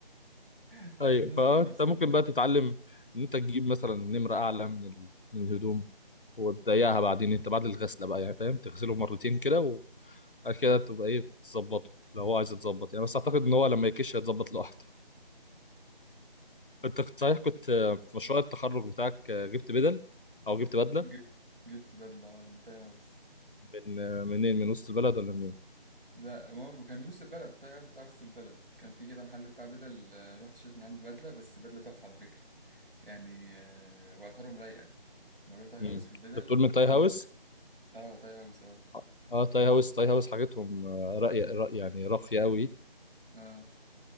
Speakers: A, on the right; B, on the left.
A: <laughs> عايزين
B: ايوه
A: نستر
B: فانت
A: نفسنا
B: ممكن بقى تتعلم ان انت تجيب مثلا نمره اعلى من ال- من الهدوم وتضيقها بعدين انت بعد الغسله بقى يعني فاهم تغسله مرتين كده بعد كده تبقى ايه بتظبطه لو هو عايز يتظبط يعني بس اعتقد ان هو لما يكش هيتظبط لوحده انت كنت صحيح كنت آه، في مشروع التخرج بتاعك آه، جبت بدل او جبت بدله
A: ج... جبت بدله آه، من تاي هاوس
B: من آه، منين من وسط البلد ولا منين؟
A: لا ما هو وكان من نص البلد تاي هاوس بتاع وسط البلد كان في كده محل بتاع بدل آه، رحت اشتريت من عنده بدله بس بدله تحفه على فكره يعني آه، واسعارهم رايقه موضوع تاي هاوس
B: مم.
A: في البدل
B: انت بتقول من تاي هاوس
A: انا ممكن اه تاي هاوس اه
B: اه آه، تاي هاوس تاي هاوس حاجتهم آه، راقيه رأي يعني راقيه قوي
A: اه